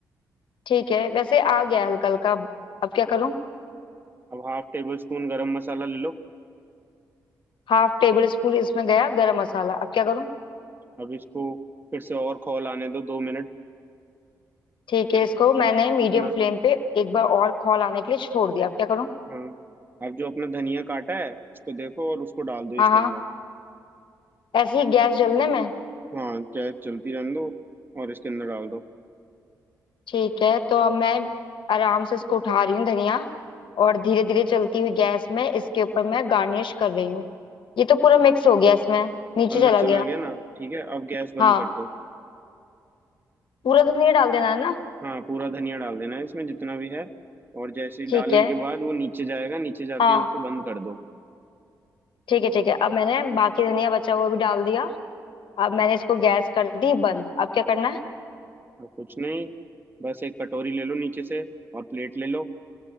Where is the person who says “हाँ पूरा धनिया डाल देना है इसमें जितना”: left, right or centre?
Right